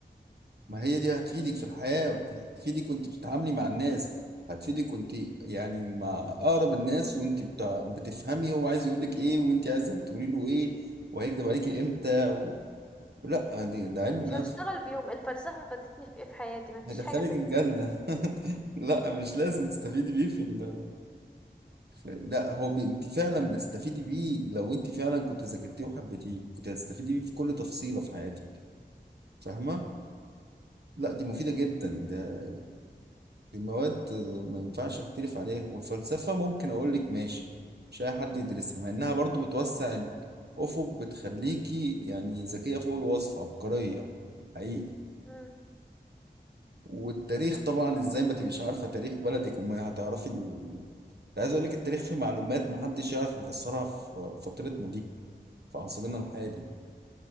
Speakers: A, on the right; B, in the centre.
A: ما هي دي هتفيدك في الحياة هتفيدك وانت بتتعاملي مع الناس هتفيدك وانت يعني مع أقرب الناس وانت بتع- بتفهمي هو عايز يقولك ايه وانت عايزة تقولي له ايه وهيكدب عليكي امتى و... لا دي ده علم
B: مش
A: نفس
B: هشتغل بيهم الفلسفة فادتني في ايه في حياتي مفيش
A: هيدخلك
B: حاجة فادتني
A: الجنة
B: بيها
A: <laughs> لا مش لازم تستفيدي بيه في ال... في... لا هو بي... انت فعلا بتستفيدي بيه لو انت فعلا كنت ذاكرتيه وحبيتيه كنت هتستفيدي بيه في كل تفصيلة في حياتك فاهمة؟ لا دي مفيدة جدا ده المواد آه، ما ينفعش اختلف عليها والفلسفة ممكن اقول لك ماشي مش اي حد يدرسها مع انها برضو بتوسع الافق بتخليكي يعني ذكية فوق الوصف عبقرية حقيقي
B: مم.
A: والتاريخ طبعا ازاي ما تبقيش عارفة تاريخ بلدك وما هتعرفي ال... ده عايز اقول لك التاريخ فيه معلومات محدش يعرف يفسرها في فترتنا دي في عصرنا الحالي